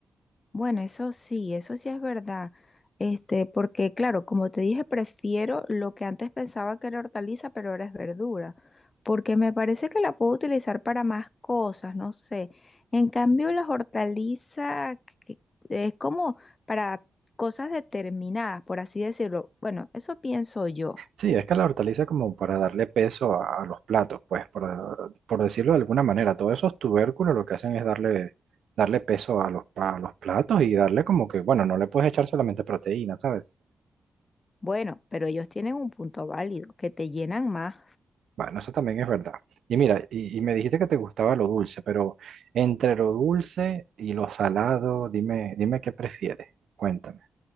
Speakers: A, on the left; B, on the right.
A: Bueno, eso sí, eso sí es verdad. Este, porque claro, como te dije, prefiero lo que antes pensaba que era hortaliza, pero ahora es verdura, porque me parece que la puedo utilizar para más cosas, no sé. En cambio, las hortalizas que- que es como para cosas determinadas, por así decirlo. Bueno, eso pienso yo.
B: Sí, es que la hortaliza como para darle peso a, a los platos, pues por, por decirlo de alguna manera, todos esos tubérculos lo que hacen es darle, darle peso a los, pa- a los platos y darle como que, bueno, no le puedes echar solamente proteína, ¿sabes?
A: Bueno, pero ellos tienen un punto válido, que te llenan más.
B: Bueno, eso también es verdad. Y mira, y, y me dijiste que te gustaba lo dulce, pero entre lo dulce y lo salado, dime, dime qué prefieres, cuéntame.